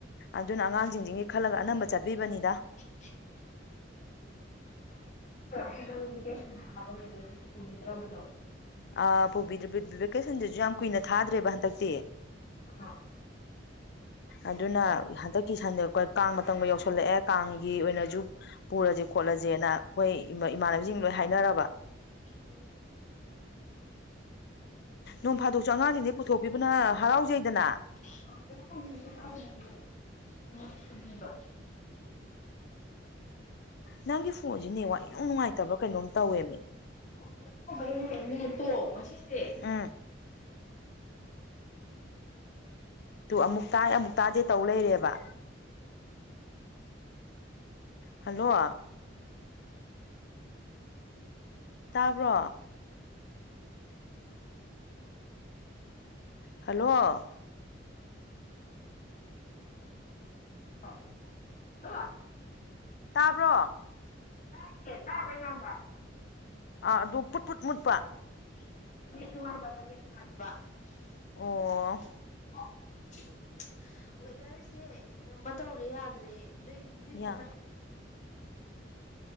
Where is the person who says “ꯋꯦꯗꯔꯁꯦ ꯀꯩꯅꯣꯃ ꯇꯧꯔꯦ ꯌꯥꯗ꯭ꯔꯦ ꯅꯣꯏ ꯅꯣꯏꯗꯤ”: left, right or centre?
Left